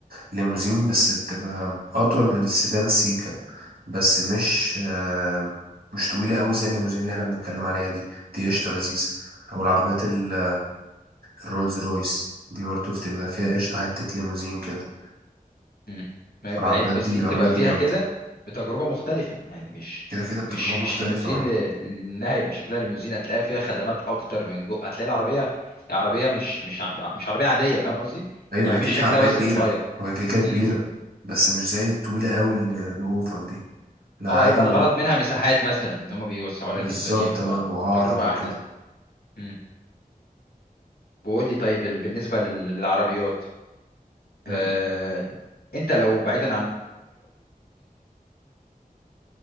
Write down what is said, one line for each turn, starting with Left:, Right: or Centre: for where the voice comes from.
Right: ليموزين بس بتبقى اطول من السيدان سيكا بس مش آه، مش طويلة قوي زي الليموزين اللي احنا بنتكلم عليها دي دي قشطة لذيذة او العربيات ال الرولز رويس دي برضه بتبقى فيها قشطة حتة ليموزين كده
Left: مم. ما-
Right: فالعربيات
Left: ما- بس
Right: دي
Left: دي
Right: العربيات
Left: بتبقى فيها
Right: دي جامدة
Left: كده بتجربة مختلفة يعني مش
Right: كده كده بتجربة
Left: مش
Right: مختلفة
Left: مش ليموزين
Right: اه
Left: ل- لانها يبقى شكلها ليموزين هتلاقي فيها خدمات اكتر من جو هتلاقي العربية عربية مش مش ع- مش عربية عادية فاهم قصدي
Right: أيوة
Left: يعني
Right: هي كده
Left: مش شكلها
Right: كده عربية
Left: بس
Right: كبيرة
Left: اللي متغير
Right: وهي كده كده كبيرة
Left: امم
Right: بس مش زي الطويلة أوي ال- الأوفر دي لا
Left: اه
Right: عادي
Left: يبقى الغرض منها مساحات مثلا ان هم بيوسعوا
Right: وبالظبط
Left: لك الدنيا بتبقى
Right: اه، وأعرض
Left: تجربة
Right: وكده
Left: احلى يعني امم وقول لي طيب ال- بالنسبة لل- للعربيات
Right: مم.
Left: آه... انت لو بعيدا